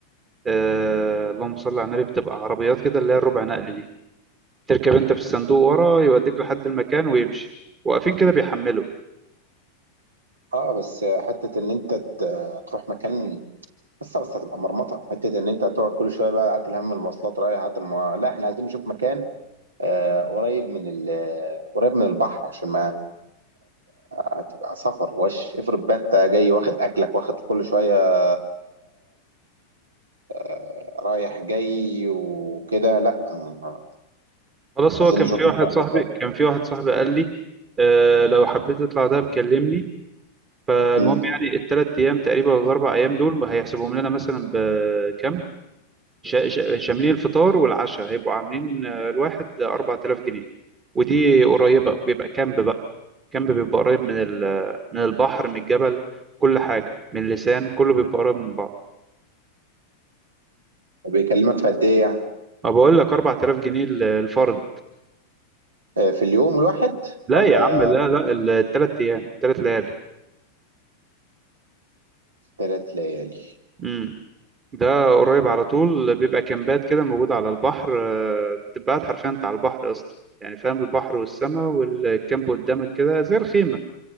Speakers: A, on the right (about 25°); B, on the right (about 75°).
A: آه اللهم صل على النبي بتبقى عربيات كده اللي هي الربع نقل دي تركب انت في الصندوق ورا يوديك لحد المكان ويمشي واقفين كده بيحملوا
B: آه، بس حته ان انت ت- تروح مكان بس بس هتبقى مرمطه حته ان انت هتقعد كل شويه بقى قعدت الهم المواصلات رايح قعدت الم... لا احنا عايزين نشوف مكان آه قريب من ال... قريب من البحر عشان ما هتبقى سفر وش افرض بقى انت جاي واخد اكلك واخد كل شويه آه، رايح جاي وكده لا آه،
A: خلاص هو
B: عايزين
A: كان
B: نشوف
A: في واحد
B: مثلا
A: صاحبي
B: مكان
A: كان في واحد صاحبي قال لي آه لو حبيت تطلع ده بكلمني فالمهم
B: امم
A: يعني الثلاث ايام تقريبا ولا الاربع ايام دول هيحسبهم لنا مثلا بكام شا- شا- شاملين الفطار والعشاء هيبقوا عاملين آه، الواحد 4000 جنيه ودي قريبة بيبقى كامب بقى كامب بيبقى قريب من ال- من البحر من الجبل كل حاجة من اللسان كله بيبقى قريب من بعض
B: بيكلمك في قد ايه يعني
A: ما بقول لك 4000 جنيه ال- الفرد
B: آه، في اليوم الواحد
A: لا
B: ولا
A: يا عم لا لا الثلاث أيام ثلاث ليالي
B: ثلاث ليالي
A: امم ده قريب على طول بيبقى كامبات كده موجودة على البحر آه، بتبقى قاعد حرفيا انت على البحر اصلا يعني فاهم البحر والسماء والكامب قدامك كده زي الخيمة